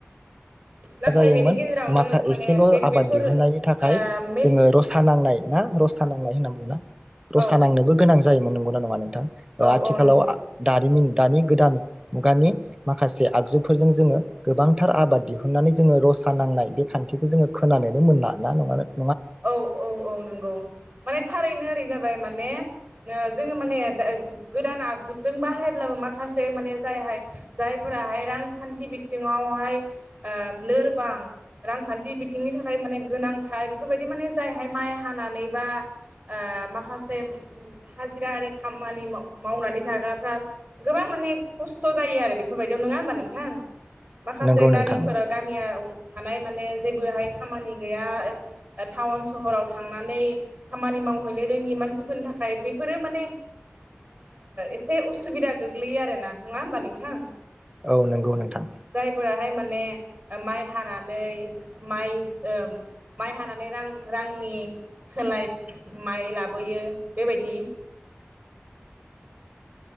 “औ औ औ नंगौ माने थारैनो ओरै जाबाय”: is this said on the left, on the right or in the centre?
Right